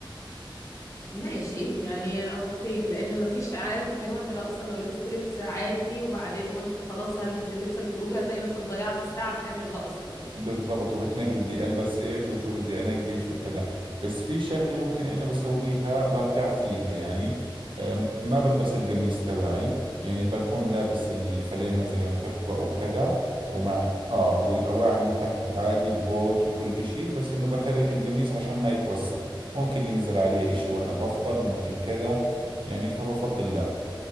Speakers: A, on the left; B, on the right.
A: ماشي يعني اوكي لان مفيش عارف اللي هو انت لو اصلا لو لبست لبس عادي وبعدين قلت خلاص هلبس اللبس الخروج هتلاقي نفسك ضيعت الساعه بتعمل ده اصلا
B: بالضبط وبتنقي بدي البس ايش وشو بدي انقي وشو كذا بس في شغله ممكن انا بسويها برتاح فيها يعني أم، ما بلبس القميص تبعي يعني بكون لابس الفلينة زي ما بتحكوا او كذا ومع اه والاواعي من تحت عادي البوت وكل اشي بس انه بترك القميص عشان ما يتوسخ ممكن ينزل عليه اشي وانا بفطر ممكن كذا يعني فبفضل لا